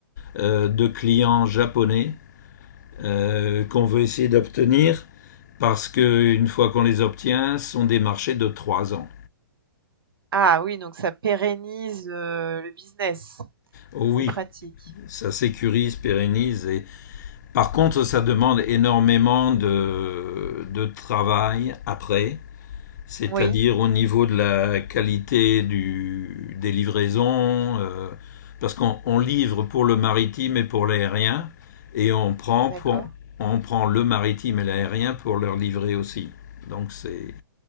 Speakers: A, on the left; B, on the right.
A: euh, de clients japonais euh, qu'on veut essayer d'obtenir parce que une fois qu'on les obtient, ce sont des marchés de trois ans.
B: Ah oui, donc ça pérennise, heu, le business.
A: Oh oui,
B: C'est pratique.
A: ça sécurise, pérennise. Et... Par contre, ça demande énormément de, de travail après c'est-à-dire
B: Oui,
A: au niveau de la qualité du, des livraisons, euh, parce qu'on on livre pour le maritime et pour l'aérien, et on prend, pour-
B: d'accord.
A: on prend le maritime et l'aérien pour leur livrer aussi. Donc c'est,